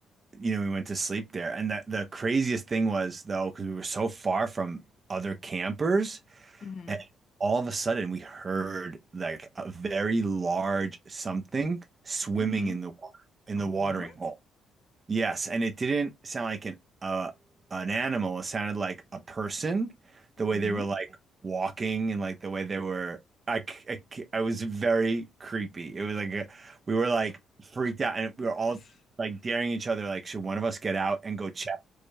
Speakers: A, on the right; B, on the left.
A: you know, we went to sleep there. And the, the craziest thing was though, because we were so far from other campers,
B: hmm
A: and all of a sudden we heard like a very large something swimming
B: hmm
A: in the water in
B: Oh,
A: the watering
B: what?
A: hole. Yes, and it didn't sound like an uh, an animal. It sounded like a person, the way
B: hmm
A: they were like walking and like the way they were. I, c- I, c- I was very creepy. It was like a, we were like freaked out, and
B: <laughs>
A: we were all like daring each other. Like, should one of us get out and go check